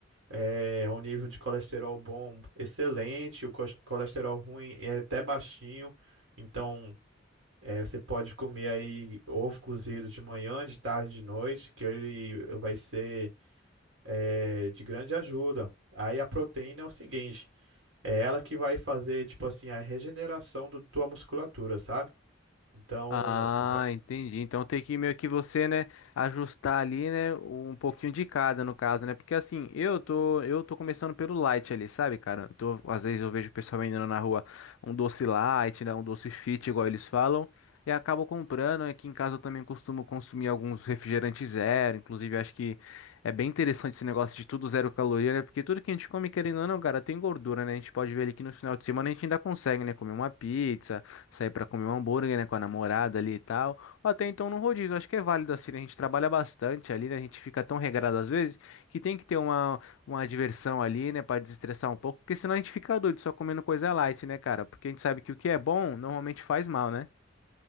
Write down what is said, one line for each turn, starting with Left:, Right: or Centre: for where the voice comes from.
Right: é, um nível de colesterol bom excelente, o cos- colesterol ruim é até baixinho. Então, é, você pode comer aí ovo cozido de manhã, de tarde, de noite, que ele vai ser é, de grande ajuda. Aí a proteína é o seguinte, é ela que vai fazer, tipo assim, a regeneração da tua musculatura, sabe? Então,
Left: Ah,
Right: va-
Left: entendi. Então tem que meio que você, né, ajustar ali, né, um pouquinho de cada no caso, né? Porque assim, eu tô, eu tô começando pelo light ali, sabe, cara? Eu tô- às vezes eu vejo o pessoal vendendo na rua um doce light, né, um doce fit, igual eles falam, e acabo comprando. Aqui em casa eu também costumo consumir alguns refrigerantes zero, inclusive eu acho que é bem interessante esse negócio de tudo zero caloria, né? Porque tudo que a gente come, querendo ou não, cara, tem gordura, né? A gente pode ver ali que no final de semana a gente ainda consegue, né, comer uma pizza sair pra comer um hambúrguer, né, com a namorada ali e tal. Ou até então no rodízio, acho que é válido assim, né? A gente trabalha bastante ali, né? A gente fica tão regrado às vezes que tem que ter uma, uma diversão ali, né, Pra desestressar um pouco, porque senão a gente fica doido só comendo coisa light, né, cara? Porque a gente sabe que o que é bom normalmente faz mal, né?